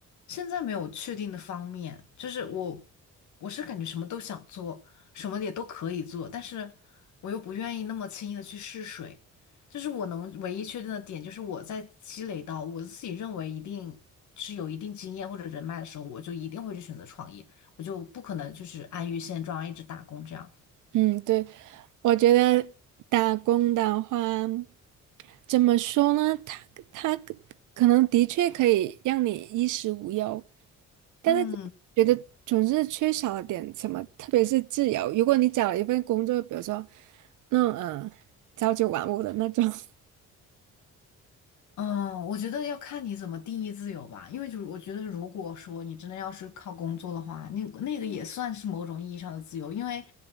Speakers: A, on the left; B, on the right.
A: 现在没有确定的方面，就是我我是感觉什么都想做，什么也都可以做，但是我又不愿意那么轻易的去试水。就是我能唯一确定的点，就是我在积累到我自己认为一定是有一定经验或者人脉的时候，我就一定会去选择创业，我就不可能就是安于现状，一直打工这样。
B: 嗯，对，我觉得打工的话，怎么说呢？他他可能的确可以让你衣食无忧，但是就觉得总是缺少了点什么，
A: 嗯
B: 特别是自由。如果你找了一份工作，比如说那种嗯、呃朝九晚五的那种，<laughs>
A: 嗯，我觉得要看你怎么定义自由吧，因为就是我觉得，如果说你真的要是靠工作的话，那那个也算是某种意义上的自由，因为